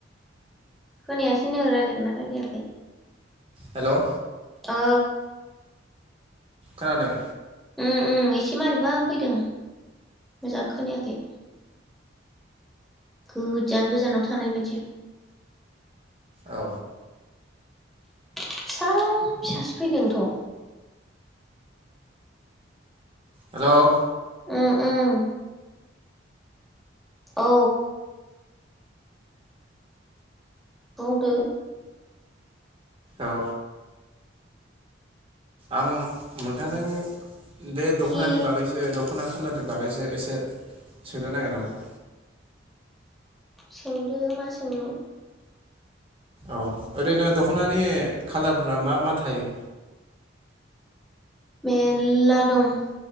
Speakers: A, in the centre; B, on the right.
A: खोनायासैनो रायज्लायगोन ना रायलायाखै?
B: हेल'!
A: ओ।
B: खोनादों?
A: उम उम एसे मारैबा फैदों मोजां खोनायाखै गोजान गोजानाव थानाय बायदि।
B: औ
A: फिसा फिसासो फैदोंथ'।
B: हेल'!
A: ओम ओम। औ। बुंदो
B: औ। आं नोंथांजों बे दख'नानि
A: हि
B: बागैसो दख'ना खालारनि बागैसो एसे सोंनो नागिरदोंमोन।
A: सोंदो मा सोंनो।
B: औ ओरैनो दख'नानि खाालारफ्रा मा मा थायो?
A: मेरला दं